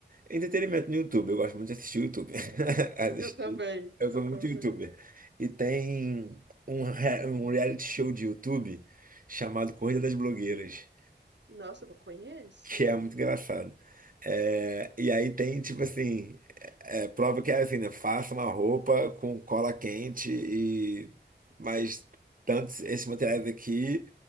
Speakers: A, on the right; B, on the right.
A: entretenimento no YouTube. Eu gosto muito de assistir YouTube. <laughs> Assistir.
B: Eu também,
A: Eu sou
B: eu
A: muito
B: também.
A: YouTuber. E tem um, re- um reality show de YouTube chamado Corrida das Blogueiras.
B: Nossa, eu não conheço.
A: <laughs> que é muito engraçado. É, e aí tem, tipo assim, é, prova que é assim, né? Faça uma roupa com cola quente e mais tantos esses materiais aqui